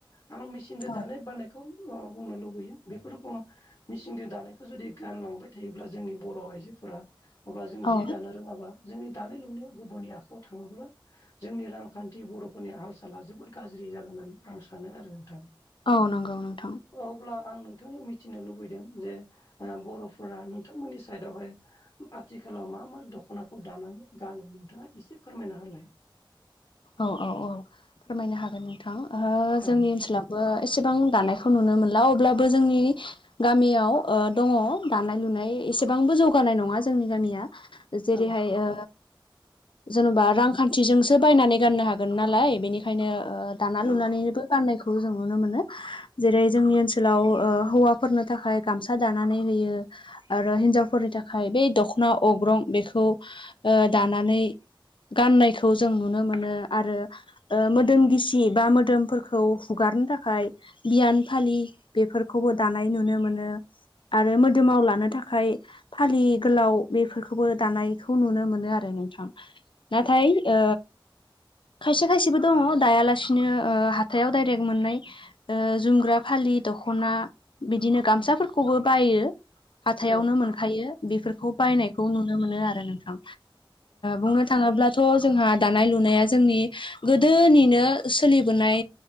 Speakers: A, on the left; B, on the left.
A: आं मेचिनजों दानाय
B: औ
A: बानायखौ बुंनो लुबैयो बेफोर रोखोम मिसिनजों दानायखौ जुदि गानलांबाय थायोब्ला जोंनि बर' आइजोफोरा अब्ला जों
B: औ
A: जि दानो रोङाब्ला जोंनि दानाय लुनाया गुबुननि आखाइायाव थाङोब्ला जोंनि रांखान्थि बर' नि हालसाला जोबोद गाज्रि जागोन होननानै आं सानो आरो नोंथां।
B: औ नंगौ नोंथां।
A: अब्ला आं नोंथांयाव मिथिनो लुबैदों जे बर'फोरा नोंथांमोननि साइडआवहाय आथिखालाव मा मा दख'नाखौ दानानै गानो नोंथाङा एसे फोरमायना होलाय।
B: औ औ औ फोरमायनो हागोन नोंथां
A: औ
B: जोंनि ओनसोलाव ओ एसेबां दानायखौ नुनो मोनला अब्लाबो जोंनि गामियाव ओ दङ दानाय लुनाय एसेबांबो जौगानाय नङा जोंनि गामिया जेरैहाय
A: औ
B: ओ जेनेबा रांखान्थिजोंसो बायनानै गाननो हागोन नालाय बेनिखायनो दाना लुनानैबो
A: औ
B: गाननायखौ जों नुनो मोनो। जेरै जोंनि ओनसोलाव हौवाफोरनो थाखाय गामसा दानानै होयो। आरो हिन्जावफोरनि थाखाय बै दखना अग्रं बेखौ दानानै गाननायखौ जों नुनो मोनो आरो। मोदोम गिसि बा मोदोमफोरखौ हुगारनो थाखाय बियान फालि बेफोरखौबो दानाय नुनो मोनो। आरो मोदोमाव लानो थाखाय फालि गोलाव बेफोरखौबो दानायखौ नुनो मोनो आरो नोंथां। नाथाय ओ खायसे खायसेबो दङ दायालासिनो हाथायाव दडाइरेक्ट मोननाय जुमग्रा फालि दख'ना बिदिनो गामसाफोरखौबो बायो। हाथायावनो
A: औ
B: मोनखायो बेफोरखौ बायनायखौ नुनो मोनो आरो नोंथां बुङो थाङोब्लाथ' जोंहा दानाय लुनाया जोंनि गोदोनिनो सोलिबोनाय